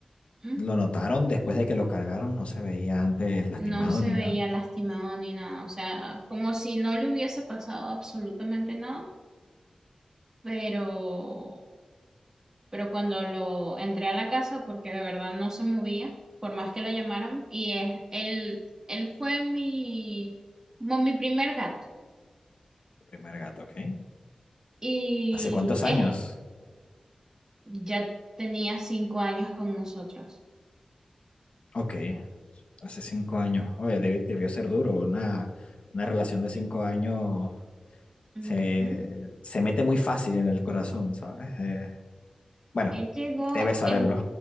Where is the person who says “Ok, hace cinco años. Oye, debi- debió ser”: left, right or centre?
Left